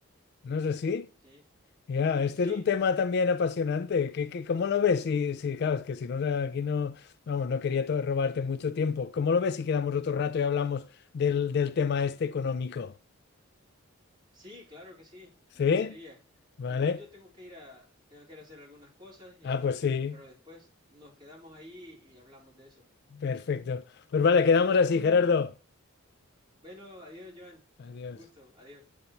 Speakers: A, on the left; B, on the right.
A: ¿No es así?
B: sí,
A: Ya, este
B: sí.
A: es un tema también apasionante. ¿Qué, qué- cómo lo ves? Si, si, claro, es que si no, aquí no, vamos, no quería to- robarte mucho tiempo. ¿Cómo lo ves si quedamos otro rato y hablamos del, del tema este económico?
B: Sí, claro que sí,
A: ¿Sí?
B: me gustaría.
A: ¿Vale?
B: Igual yo tengo que ir a, tengo que ir a hacer algunas cosas y,
A: Ah, pues
B: y,
A: sí,
B: pero después nos quedamos ahí y hablamos de eso.
A: perfecto. Pues vale, quedamos así, Gerardo.
B: Bueno, adiós, Joan.
A: Adiós.
B: Un gusto, adiós.